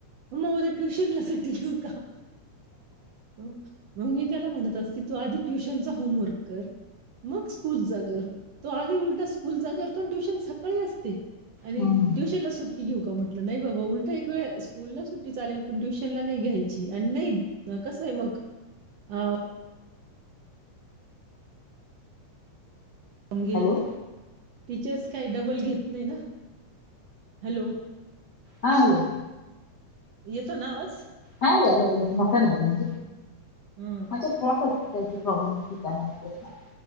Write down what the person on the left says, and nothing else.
हम्म
हॅलो
हाल
हा यायलंय म्हणजे मोठण्यान बोला म
ते को हो <unintelligible>